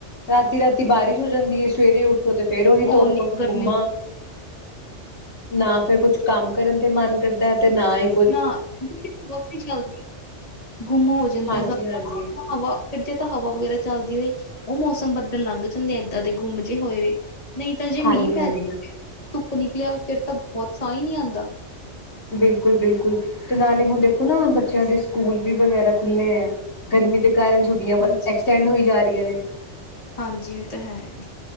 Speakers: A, on the left (about 65°); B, on the left (about 35°).
A: ਰਾਤੀ-ਰਾਤੀ ਬਾਰਿਸ਼ ਹੋ ਜਾਂਦੀ ਏ ਸਵੇਰੇ ਉੱਠੋ ਤੇ ਫੇਰ ਉਹੀ ਧੁੱਪ
B: ਓਨੀ ਗਰਮੀ
A: ਗੁੰਮਾ। ਨਾ ਫੇਰ ਕੁਛ ਕੰਮ ਕਰਨ ਤੇ ਮਨ ਕਰਦਾ ਐ ਤੇ ਨਾ ਈ
B: ਨਾ ਲੱਗਦੀ, ਗੁੰਮ ਹੋ ਜਾਂਦਾ
A: ਹਾਂਜੀ-ਹਾਂਜੀ,
B: ਸਭ ਐ ਨਾ ਹਵਾ ਫਿਰ ਜੇ ਤਾਂ ਹਵਾ ਵਗੈਰਾ ਚੱਲਦੀ ਰਹੇ ਓ ਮੌਸਮ ਬੱਦਲ ਲੰਘ ਜਾਂਦੇ ਏਦਾਂ ਦੇ ਗੁੰਮ ਜੇ ਹੋਏ ਵੇ। ਨਈ ਤਾਂ ਜੇ
A: ਹਾਂਜੀ-ਹਾਂਜੀ
B: ਮੀਂ ਪੈ, ਧੁੱਪ ਨਿਕਲੇ ਆਵੇ ਫੇਰ ਤਾਂ ਬੋਤ ਸਾਂ ਈ ਨੀ ਆਂਦਾ।
A: ਬਿਲਕੁੱਲ-ਬਿਲਕੁੱਲ ਤੇ ਨਾਲੇ ਹੁਣ ਦੇਖੋ ਨਾ ਬੱਚਿਆਂ ਦੇ ਸਕੂਲ ਵੀ ਵਗੈਰਾ ਖੁੱਲੇ ਐ। ਗਰਮੀ ਦੇ ਕਾਰਨ ਛੁੱਟੀਆਂ
B: ਹਾਂਜੀ
A: ਐਕਸਟੈਂਡ ਹੋਈ ਜਾ ਰੀਆਂ ਨੇ।
B: ਹਾਂਜੀ ਏ ਤਾਂ ਹੈ,